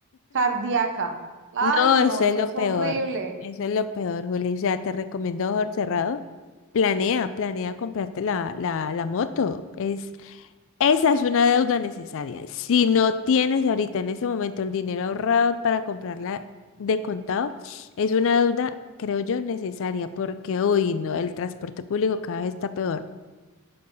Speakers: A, on the right; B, on the left.
A: cardíaca. Ay,
B: Mm, No,
A: no,
B: eso
A: eso
B: es lo
A: es
B: peor,
A: horrible.
B: eso es lo peor, Juli. O sea, te recomiendo a ojos cerrados, planea, planea comprarte la, la, la moto. Es Esa es una deuda necesaria. Si no tienes ahorita en ese momento el dinero ahorrado para comprarla de contado, es una deuda, creo yo, necesaria porque hoy no, el transporte público cada vez está peor.